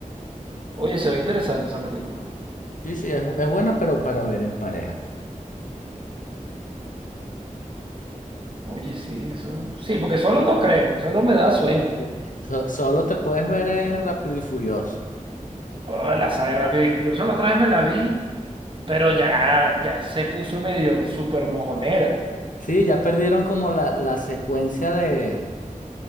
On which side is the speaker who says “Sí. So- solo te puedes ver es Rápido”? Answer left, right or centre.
Left